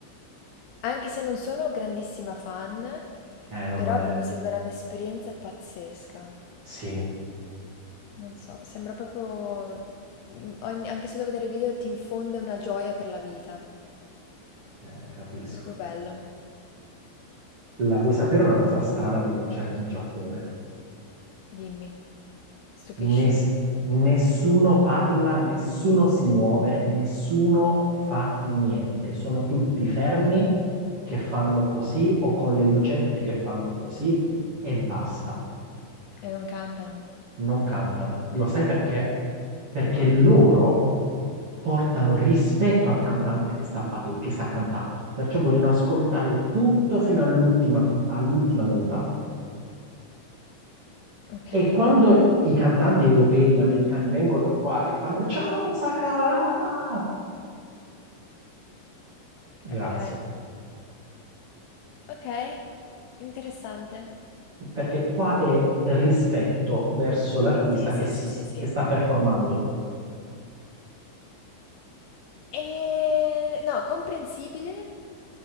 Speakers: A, on the left; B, on the right.
A: anche se non sono grandissima fan,
B: Eh no,
A: però
B: ma è...
A: proprio sembra un'esperienza pazzesca.
B: Sì,
A: Non so, sembra proprio, mm, ogni- anche solo vedere i video ti infonde una gioia per la vita.
B: eh, capisco.
A: È proprio bello.
B: La vuoi sapere una cosa strana dei concerti in Giappone?
A: Dimmi, stupiscimi.
B: Ness- nessuno parla, nessuno si muove, nessuno fa niente. Sono tutti fermi che fanno così o con le lucette che fanno così e basta,
A: E non cantano?
B: non cantano. Lo sai perché? Perché
A: No?
B: loro portano rispetto al cantante che sta, parla- che sta cantando, perciò vogliono ascoltare tutto fino all'ultima all'ultima nota
A: Ok,
B: E quando i cantanti europei, americani vengono qua che fanno ciao Osaka, ah!" grazie,
A: ok, ok, interessante.
B: perché qua è rispetto verso l'artista
A: Sì, sì,
B: che, s-
A: sì, sì, sì.
B: che sta performando.
A: E... No, comprensibile.